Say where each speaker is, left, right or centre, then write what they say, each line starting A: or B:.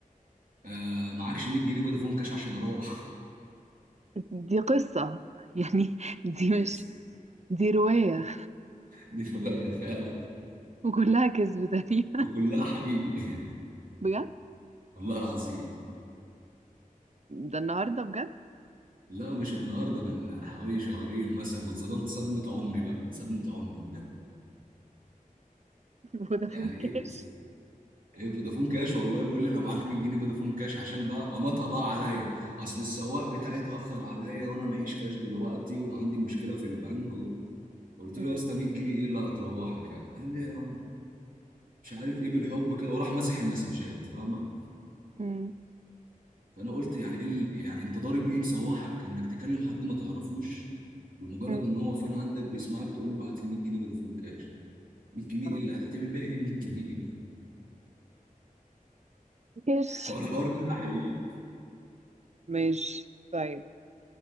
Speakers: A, on the right; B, on the right.
A: آه، معكش 100 جنيه فودافون كاش عشان اروح
B: دي قصة يعني دي
A: <laughs> دي كارثة.
B: مش دي رواية
A: دي فعلا
B: وكلها كذب تقريبا
A: وكلها حقيقي
B: بجد
A: <laughs> والله العظيم
B: ده النهاردة بجد
A: لا مش النهارده من حوالي شهرين مثلا واتصدمت صدمه عمري بقى صدمه عمري بجد
B: <laughs> فودافون
A: يعني ايه
B: كاش
A: ايه فودافون كاش والله بيقول لي لو معاك 100 جنيه فودافون كاش عشان بقى قمطها بقى عليا اصل السواق بتاعي اتاخر عليا وانا معيش كاش دلوقتي وعندي مشكله في البنك و... قلت
B: مم.
A: له يا اسطى 100 جنيه ايه اللي هتروحك يعني قال لي مش عارف ايه بالحب كده وراح مسح المسجات فاهمه
B: مم.
A: فانا قلت يعني ايه ال- يعني انت ضارب ايه مسوحك انك تكلم حد ما تعرفوش لمجرد
B: مم.
A: ان هو فان عندك بيسمعك تقول له ابعت لي 100 جنيه فودافون كاش 100 جنيه
B: آه.
A: ايه اللي هتعمل بيها ايه 100 جنيه
B: ماشي
A: <laughs> فهو الحوار كله حقيقي
B: ماشي طيب